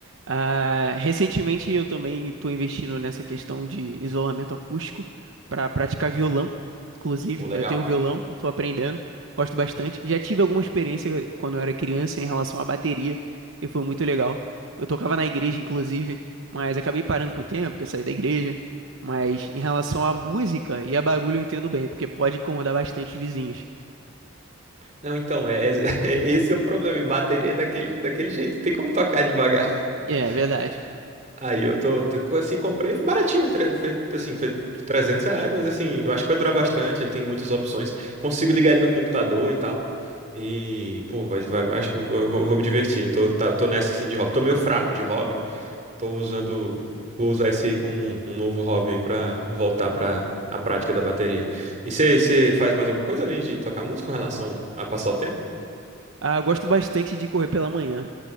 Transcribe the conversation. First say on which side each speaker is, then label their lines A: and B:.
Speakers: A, on the right (about 60°); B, on the right (about 35°).
A: Ah, recentemente eu também estou investindo nessa questão de isolamento acústico para praticar violão. Inclusive,
B: Pô, legal.
A: eu tenho um violão e estou aprendendo, gosto bastante. Já tive alguma experiência quando eu era criança em relação à bateria e foi muito legal. Eu tocava na igreja, inclusive, mas acabei parando com o tempo, porque eu saí da igreja. Mas em relação à música e a barulho eu entendo bem, porque pode incomodar bastante os vizinhos.
B: Não, então, é, é- <laughs> esse é o problema. e Bateria é daquele, daquele jeito. Não tem como tocar devagar.
A: É, é verdade.
B: A- Aí eu tô, tô co- assim, comprei, foi baratinho. tre- Foi, assim, foi 300 reais, mas assim, eu acho que vai durar bastante. Ele tem muitas opções. Consigo ligar ele no computador e tal. E, pô, vai, vai- acho que eu vou, vou- vou me divertir. Eu tô, tá- tô nessa, assim, de hobby. Tô meio fraco de hobby. Tô usando, vou usar esse aí como um, um novo hobby aí pra voltar pra a prática da bateria. E você faz mais alguma coisa além de tocar música com relação a passar o tempo?
A: Ah, eu gosto bastante de correr pela manhã.